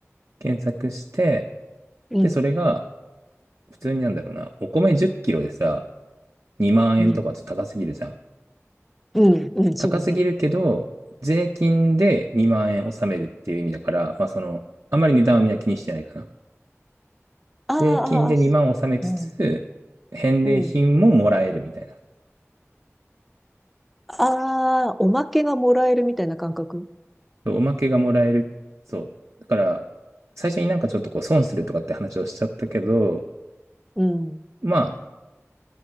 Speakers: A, on the right; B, in the centre.
A: 検索して、
B: うん、
A: で、それが普通になんだろうな、お米10キロでさ、2万円とかちょっと高すぎるじゃん。
B: うん、うん、うん、そうだね。
A: 高すぎるけど、税金で2万円納めるっていう意味だから、まあその、あまり値段はみんな気にしてないかな。
B: ああ、
A: 税金で2万納めつつ、
B: ああ、うん、
A: 返礼品ももらえるみたいな。
B: うん。ああ、おまけがもらえるみたいな感覚。
A: そうおまけがもらえる。そう。だから、最初になんかちょっとこう損するとかって話をしちゃったけど、
B: うん、
A: まあ、